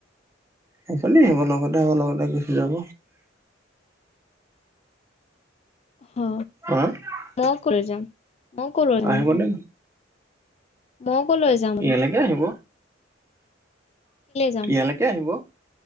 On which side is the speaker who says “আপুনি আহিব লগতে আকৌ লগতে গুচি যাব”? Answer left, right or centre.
Right